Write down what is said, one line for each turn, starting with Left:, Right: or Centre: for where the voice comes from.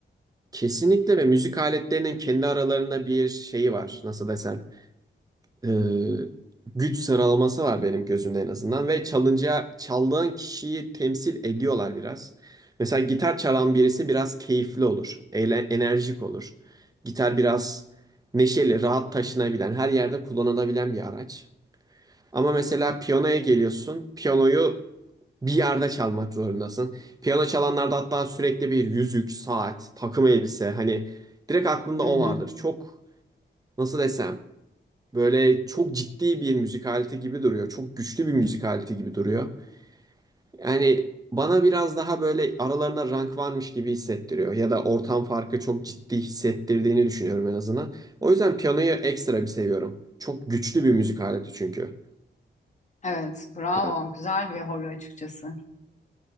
Right: kesinlikle ve müzik aletlerinin kendi aralarında bir şeyi var. Nasıl desem? e, güç sıralaması var benim gözümde en azından ve çalınca çaldığın kişiyi temsil ediyorlar biraz. Mesela gitar çalan birisi biraz keyifli olur, eğlen, enerjik olur. Gitar biraz neşeli, rahat taşınabilen, her yerde kullanılabilen bir araç. Ama mesela piyanoya geliyorsun, piyanoyu bir yerde çalmak zorundasın. Piyano çalanlarda hatta sürekli bir yüzük, saat, takım elbise hani direkt aklında
Left: Hı
Right: o
Left: hı.
Right: vardır. Çok nasıl desem Böyle çok ciddi bir müzik aleti gibi duruyor. Çok güçlü bir müzik aleti gibi duruyor. Yani bana biraz daha böyle aralarında rank varmış gibi hissettiriyor. Ya da ortam farkı çok ciddi hissettirdiğini düşünüyorum en azından. O yüzden piyanoyu ekstra bir seviyorum. Çok güçlü bir müzik aleti çünkü.
Left: Evet, bravo.
Right: Yani
Left: Güzel bir hobi açıkçası.